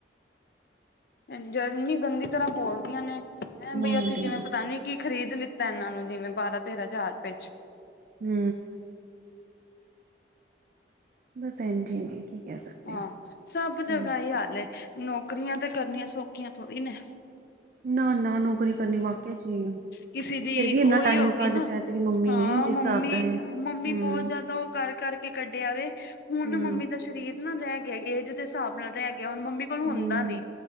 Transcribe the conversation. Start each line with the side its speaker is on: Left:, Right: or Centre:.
Left: ਇੰਨੀ ਗੰਦੀ ਤਰ੍ਹਾਂ ਬੋਲਦੀਆਂ ਨੇ ਹੈਂ,
Right: ਬੋਲਦੇ
Left: ਬਈ ਅਸੀਂ ਜਿਵੇਂ
Right: ਆ
Left: ਪਤਾ ਨੀ ਕੀ ਖਰੀਦ ਲਿੱਤਾ ਇਹਨਾਂ ਨੂੰ ਜਿਵੇਂ, ਬਾਰਾਂ ਤੇਰਾਂ ਹਜ਼ਾਰ ਰੁਪਏ ਚ
Right: ਹੂੰ, ਬਸ ਐਨ ਜੀ ਨੇ ਕੀ, ਕਹਿ ਸਕਦੇ
Left: ਹਾਂ ਸਭ ਜਗ੍ਹਾ
Right: ਹਮ
Left: ਹੀ ਹਾਲ, ਨੌਕਰੀਆਂ ਤੇ ਕਰਨੀਆਂ ਸੌਖੀਆਂ ਥੋੜ੍ਹੀ ਨੇ।
Right: ਨਾ-ਨਾ ਨੌਕਰੀ, ਕਰਨੀ ਵਾਕਿਆ ਚ
Left: ਕਿਸੇ ਦੀ
Right: ਫੇਰ ਵੀ
Left: ਉਹੀ
Right: ਇੰਨਾ ਟਾਈਮ
Left: ਹੋਗੀ
Right: ਕੱਢਤਾ
Left: ਨਾ
Right: ਤੇਰੀ ਮੰਮੀ
Left: ਹਾਂ
Right: ਨੇ ਜਿਸ
Left: ਮੰਮੀ
Right: ਹਿਸਾਬ ਦਾ, ਹਮ
Left: ਮੰਮੀ ਬਹੁਤ ਜਿਆਦਾ ਉਹ ਕਰ ਕਰਕੇ ਕੱਢਿਆ, ਆਵੇ ਹੁਣ
Right: ਹਮ
Left: ਮੰਮੀ ਦਾ ਸਰੀਰ ਨਾ ਰਹਿ ਗਿਆ, ਏਜ ਦੇ ਹਿਸਾਬ ਨਾਲ ਰਹਿ ਗਿਆ ਹੁਣ ਮੰਮੀ ਹੁੰਦਾ
Right: ਹਮ
Left: ਨੀ